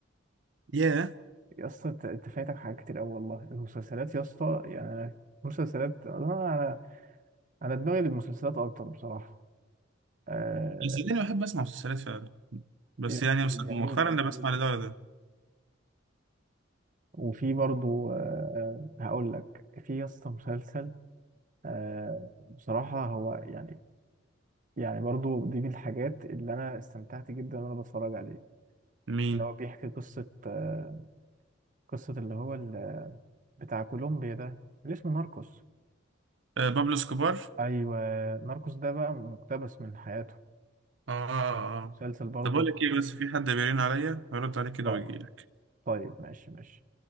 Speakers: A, on the right; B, on the right.
A: ياه
B: يا اسطى انت أنت فايتك حاجات كتير قوي والله المسلسلات يا اسطى يعني أنا- مسلسلات انا انا أنا دماغي للمسلسلات اكتر بصراحه مم. آه،
A: بس انا بحب اسمع مسلسلات فعلا بس
B: يا اسطى
A: يعني
B: جميله
A: مؤخرا
B: جميله
A: انا بسمع لده ولا ده
B: وفي برضو آه، هقول لك في يا اسطى مسلسل آه، بصراحة هو يعني يعني برضو دي من الحاجات اللي أنا استمتعت جدا وأنا بتفرج عليه
A: مين
B: اللي هو بيحكي قصة آه، قصة اللي هو ال- بتاع كولومبيا ده اللي اسمه ناركوس
A: آه بابلو سكوبار
B: أيوة ناركوس ده بقى مقتبس من حياته
A: اه اه اه
B: مسلسل برضو
A: طب اقول لك ايه بس في حد بيرن عليا هرد عليه كده
B: آه،
A: واجي لك
B: طيب ماشي ماشي